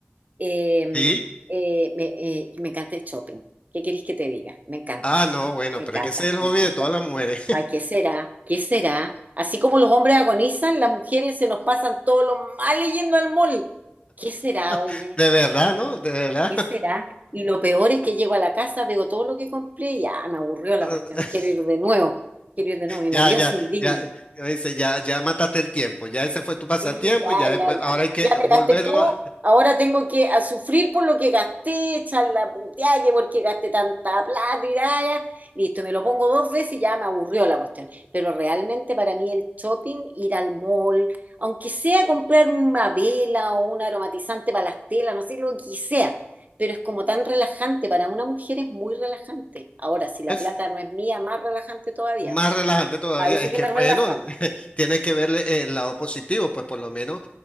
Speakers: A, on the right; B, on the left.
A: Eh,
B: ¿Sí?
A: eh, me, eh, me encanta el shopping. ¿Qué queréis que te diga? Me encanta,
B: Ah, no, bueno,
A: me
B: pero
A: encanta,
B: es que ese es el
A: me
B: hobby
A: encanta.
B: de todas las mujeres.
A: Ay, ¿qué será? ¿Qué será? Así como los hombres agonizan, las mujeres se nos pasan todos los males yendo al mall. ¿Qué será, oye?
B: <laughs> De verdad, ¿no? De verdad.
A: ¿Qué será? Y lo peor es que llego a la casa, veo todo lo que compré y ya me aburrió la
B: <laughs>
A: cuestión. Quiero ir de nuevo, quiero ir de nuevo. Mi
B: Ya,
A: marido
B: ya,
A: se indigna.
B: ya, eh, dice, ya, ya mataste el tiempo. Ya ese fue tu pasatiempo
A: Sí, ya,
B: y ya después,
A: ya, ya.
B: ahora hay que
A: Ya me
B: volverlo
A: gasté todo.
B: a-
A: Ahora tengo que a sufrir por lo que gasté, echar la puteada, que porque gasté tanta plata y ya, ya. Listo, me lo pongo dos veces y ya me aburrió la cuestión. Pero realmente para mí el shopping, ir al mall, aunque sea comprar una vela o un aromatizante para las telas, no sé, lo que sea, pero es como tan relajante. Para una mujer es muy relajante. Ahora, si la
B: Es
A: plata no es mía, más relajante todavía.
B: más relajante todavía.
A: Ahí sí
B: Es
A: que
B: que,
A: me relaja.
B: bueno, <laughs> tienes que verle el lado positivo, pues por lo menos